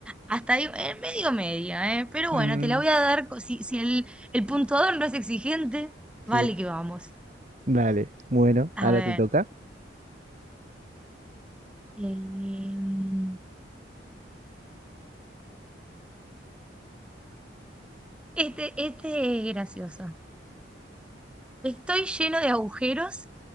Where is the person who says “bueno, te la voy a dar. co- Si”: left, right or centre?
Centre